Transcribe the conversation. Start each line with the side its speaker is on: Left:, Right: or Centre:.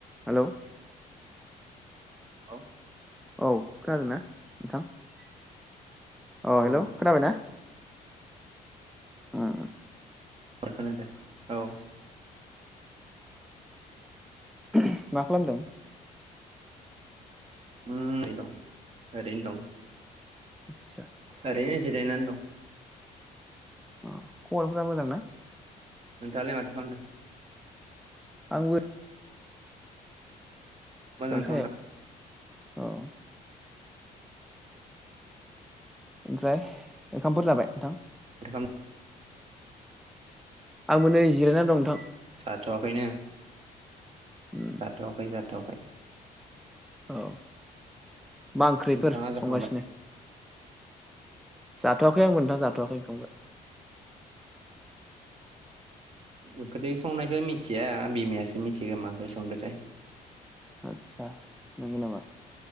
Centre: <inaudible> हेल'।
Right: औ।
Centre: औ खोनादोंना नोंथां? <inaudible> अ
Right: औ
Centre: हेल' खोनाबायना? ओ ओ।
Right: एबार खोनादो औ।
Centre: ओहोम मा खालामदों?
Right: उम ओरैनो दं ओरैनो दं।
Centre: आतसा।
Right: आरैनो जिरायना दं।
Centre: अ खबरफोरा मोजां ना?
Right: नोंथाङालाय माथो खालामदों?
Centre: आंबो
Right: मोजांथ'
Centre: बिफां सायाव
Right: ना माथो
Centre: <inaudible> औ। ओमफ्राय ओंखामफोर जाबाय नोंथां?
Right: दोखाम।
Centre: आंबो नै जिरायनानै दं नोंथां।
Right: जाथवाखैनो।
Centre: <inaudible>
Right: जाथ'वाखै जाथ'वाखै।
Centre: औ <inaudible> मा ओंख्रिफोर
Right: नोंथाङा जाखांबाय
Centre: संगासिनो? जाथ'आखै आंबो नोंथां जाथ'आखै ओंखामखौ।
Right: ओंखोजों संनायखौ मिथिया बिमायासो मिथिगोमा ओंख्रि संदोथाय।
Centre: आदसा नोंगौ नामा?